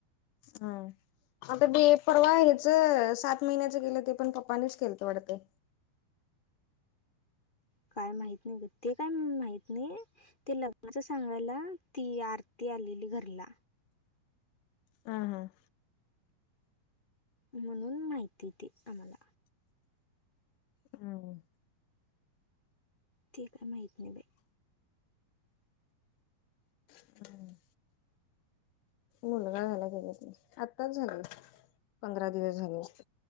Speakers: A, on the left; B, on the left.
A: हा आता बी पडवा ह्याच सात महिन्याचं गेलं ते पण पप्पानीच खेळत वाढते
B: काय माहित नाही ग ते काय माहत नाही ते लग्नाच सांगायला ती आरती आलेली घरला
A: ह हां
B: म्हणून माहिती दे आम्हाला
A: हम.
B: ठीक आहे माहीित नाही बा
A: ह मुलगा झाला क आत्ताच झाली पंधरा दिवस झाले अस